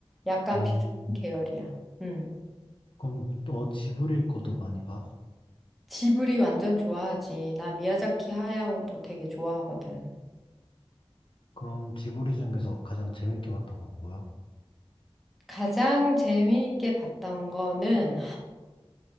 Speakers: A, in the centre; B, on the left (about 55°).
A: 약간
B: 어,
A: 비슷한 계열이야. 음.
B: 그럼 너 지브리 것도 많이 봐?
A: 지브리 완전 좋아하지. 나 미야자키 하야오도 되게 좋아하거든.
B: 그럼 지브리 중에서 가장 재밌게 봤던 건 뭐야?
A: 가장 재미있게 봤던 거는